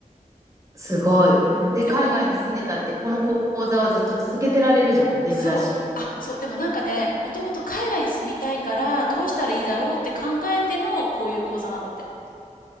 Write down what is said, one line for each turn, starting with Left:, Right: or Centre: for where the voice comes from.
Right: すごい。
Left: うん。
Right: で、
Left: でも、
Right: 海外に住んでたって、この講座はずっと続けてられるじゃん。ウェブだし。
Left: そう。あ、そう。でもなんかね、もともと海外に住みたいから、どうしたらいいだろうって考えての、こういう講座なんだって。